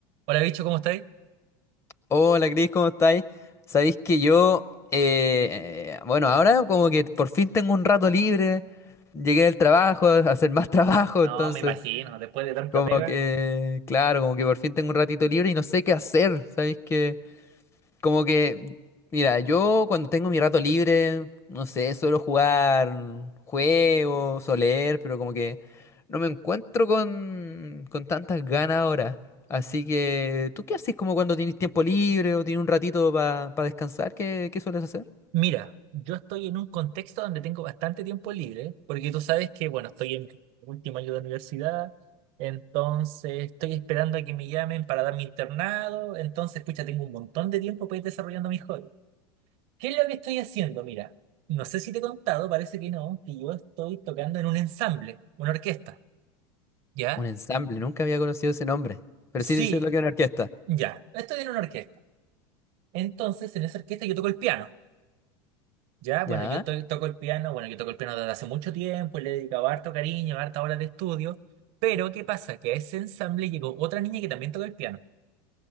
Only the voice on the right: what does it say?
Hola, bicho, ¿cómo estáis?
No,
me imagino, después de tanta
pega.
Mira, yo estoy en un contexto donde tengo bastante tiempo libre, porque tú sabes que, bueno, estoy en mi último año de universidad, entonces estoy esperando a que me llamen para dar mi internado, entonces, pucha, tengo un montón de tiempo para ir desarrollando mis hobbies. ¿Qué es lo que estoy haciendo? Mira, no sé si te he contado, parece que no, que yo estoy tocando en un ensamble, una orquesta, ¿ya?
Sí,
ya, estoy en una orquesta. Entonces, en esa orquesta yo toco el piano. Ya, bueno,
yo to- toco el piano, bueno, yo toco el piano desde hace mucho tiempo, y le he dedicado harto cariño, harta horas de estudio, pero ¿qué pasa? Que a ese ensamble llegó otra niña que también toca el piano,